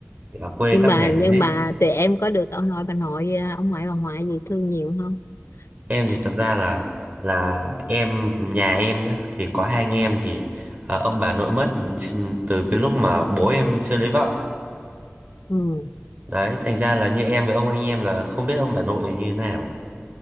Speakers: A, on the right (about 40°); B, on the left (about 80°).
A: thì ở quê
B: nhưng
A: các
B: mà
A: thầy
B: nhưng
A: làm hết
B: mà tụi em có được ông nội bà nội ờ, ông ngoại bà ngoại gì thương nhiều không
A: em
B: à,
A: thì thật ra là là em nhà em nhá thì có hai anh em thì à, ông bà nội mất chi- từ cái lúc mà bố em chưa lấy vợ
B: ừ.
A: đấy thành ra là như em với ông anh em là không biết ông bà nội như thế nào